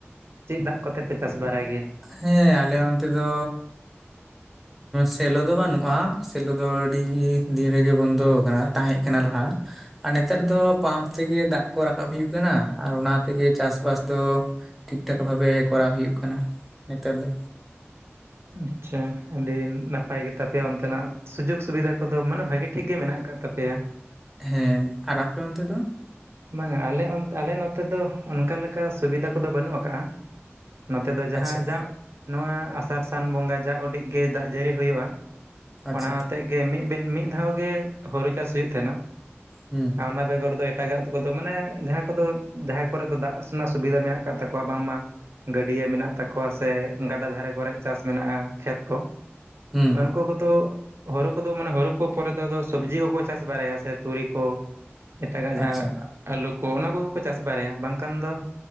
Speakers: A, on the right (about 65°); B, in the centre.
A: ᱪᱮᱫ ᱫᱟᱜ ᱠᱚᱛᱮ ᱯᱮ ᱪᱟᱥ ᱵᱟᱲᱟᱭ ᱜᱮᱭᱟ
B: ᱦᱮᱸ ᱟᱞᱮ ᱚᱱᱛᱮ ᱫᱚ ᱥᱮᱞᱚ ᱫᱚ ᱵᱟᱹᱱᱩᱜᱼᱟ ᱥᱮᱞᱚ ᱫᱚ ᱟᱹᱰᱤ ᱫᱤᱱ ᱨᱮᱜᱮ ᱵᱚᱱᱫᱚ ᱟᱠᱟᱱᱟ ᱛᱟᱦᱮᱸᱜ ᱠᱟᱱᱟ ᱞᱟᱦᱟ ᱟᱨ ᱱᱮᱛᱟᱨ ᱫᱚ ᱯᱟᱢᱯ ᱛᱮᱜᱮ ᱫᱟᱜ ᱠᱚ ᱨᱟᱠᱟᱵ ᱦᱩᱭᱩᱜ ᱠᱟᱱᱟ ᱟᱨ ᱚᱱᱟ ᱛᱮᱜᱮ ᱪᱟᱥᱵᱟᱥ ᱫᱚ ᱴᱷᱤᱠ ᱴᱷᱟᱠ ᱵᱷᱟᱵᱮ ᱠᱚᱨᱟᱣ ᱦᱩᱭᱩᱜ ᱠᱟᱱᱟ ᱱᱮᱛᱟᱨ ᱫᱚ
A: ᱟᱪᱷᱟ ᱟᱹᱰᱤ ᱱᱟᱯᱟᱭ ᱜᱮᱛᱟᱯᱮᱭᱟ ᱚᱱᱛᱮᱱᱟᱜ ᱥᱩᱡᱳᱜᱽ ᱥᱩᱵᱤᱫᱷᱟ ᱠᱚᱫᱚ ᱢᱟᱱᱮ ᱵᱷᱟᱜᱮ ᱴᱷᱤᱠ ᱜᱮ ᱢᱮᱱᱟᱜ ᱟᱠᱟᱫ ᱛᱟᱯᱮᱭᱟ
B: ᱦᱮᱸ ᱟᱨ ᱟᱯᱮ ᱚᱱᱛᱮ ᱫᱚ
A: ᱵᱟᱝᱟ ᱟᱞᱮ ᱟᱞᱮ ᱱᱚᱛᱮ ᱫᱚ ᱚᱱᱠᱟ ᱞᱮᱠᱟ ᱥᱩᱵᱤᱫᱷᱟ ᱠᱚᱫᱚ ᱵᱟᱹᱱᱩᱜ ᱟᱠᱟᱜ ᱟ ᱱᱚᱛᱮ ᱫᱚ ᱡᱟᱦᱟᱸ
B: ᱟᱪᱪᱷᱟ
A: ᱡ ᱱᱚᱣᱟ ᱟᱥᱟᱨ ᱥᱟᱱ ᱵᱚᱸᱜᱟ ᱡᱟ ᱩᱰᱤᱡ ᱜᱮ ᱫᱟᱜ ᱡᱟᱹᱲᱤ ᱦᱩᱭᱩᱜᱼᱟ
B: ᱟᱪᱪᱷᱟ
A: ᱚᱱᱟ ᱟᱛᱮ ᱜᱮ ᱢᱤᱫᱵᱤᱞ ᱢᱤᱫ ᱫᱷᱟᱣ ᱜᱮ ᱦᱳᱲᱩ ᱪᱟᱥ ᱦᱩᱭᱩᱜ ᱛᱟᱦᱮᱱᱟ
B: ᱦᱩᱸ
A: ᱟᱨ ᱚᱱᱟ ᱵᱮᱜᱚᱨ ᱫᱚ ᱮᱴᱟᱜᱟᱜ ᱠᱚᱫᱚ ᱢᱟᱱᱮ ᱡᱟᱦᱟᱸ ᱠᱚᱫᱚ ᱡᱟᱦᱟᱸ ᱠᱚᱨᱮ ᱫᱚ ᱫᱟᱜ ᱨᱮᱱᱟᱜ ᱥᱩᱵᱤᱫᱷᱟ ᱢᱮᱱᱟᱜ ᱟᱠᱟᱜ ᱛᱟᱠ ᱵᱟᱝᱢᱟ ᱜᱟᱹᱰᱭᱟᱹ ᱢᱮᱱᱟᱜ ᱛᱟᱠᱚᱣᱟ ᱥᱮ ᱜᱟᱰᱟ ᱫᱷᱟᱨᱮ ᱠᱚᱨᱮ ᱪᱟᱥ ᱢᱮᱱᱟᱜᱼᱟ ᱠᱷᱮᱛ ᱠᱚ
B: ᱦᱩᱸ
A: ᱩᱱᱠᱩ ᱠᱚᱫᱚ ᱦᱩᱲᱩ ᱠᱚᱫᱚ ᱢᱟᱱᱮ ᱦᱩᱲᱩ ᱠᱚ ᱯᱚᱨᱮ ᱫᱚ ᱥᱚᱵᱽᱡᱤ ᱠᱚᱠᱚ ᱪᱟᱥ ᱵᱟᱲᱟᱭᱟ ᱥᱮ ᱛᱩᱲᱤ ᱠᱚ ᱮᱴᱟᱜᱟᱜ ᱡᱟᱦᱟᱸ
B: ᱟᱪᱪᱷᱟ
A: ᱟᱞᱩ ᱠᱚ ᱚᱱᱟ ᱠᱚᱜᱮ ᱠᱚ ᱪᱟᱥ ᱵᱟᱲᱟᱭᱟ ᱵᱟᱝᱠᱷᱟᱱ ᱫᱚ